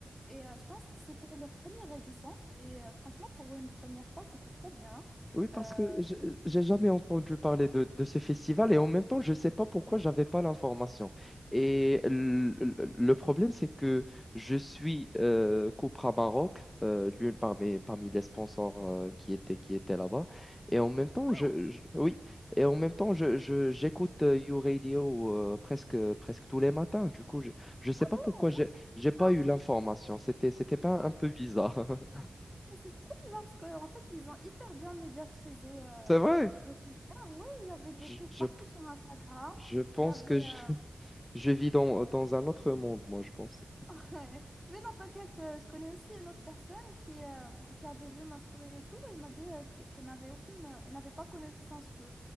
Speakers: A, in the centre; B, on the left.
A: Et euh, je pense que c'était leur première édition. Et euh, franchement, pour une première fois, c'était trop bien.
B: Oui, parce
A: Euh,
B: que je- j'ai jamais entendu parler de, de ce festival et en même temps, je ne sais pas pourquoi j'avais pas l'information. Et le, le- le problème, c'est que je suis euh, Copra Maroc, euh, l'une parmi, parmi les sponsors euh, qui étaient, qui étaient là-bas. Et en même temps,
A: ah,
B: je, je- oui, et en même temps, je, je- j'écoute euh, You Radio euh, presque, presque tous les matins. Du coup, je ne sais pas
A: ah,
B: pourquoi j'ai, j'ai pas
A: ah,
B: eu l'information. C'était, c'était pas un peu bizarre. <laughs>
A: c'est trop bizarre parce qu'en fait, ils ont hyper bien médiatisé euh,
B: C'est vrai.
A: le concert. Oui, il y avait des
B: Je,
A: pubs
B: je,
A: partout sur Instagram.
B: je pense
A: Il y avait.
B: que
A: euh,
B: Je vis dans, dans un autre monde, moi, je pense.
A: Ouais. Mais non, t'inquiète, euh, je connais aussi une autre personne qui, euh, qui avait vu ma story et tout, et m'a dit euh, qu'e- qu'elle n'avait aucune, euh, elle n'avait pas connaissance du,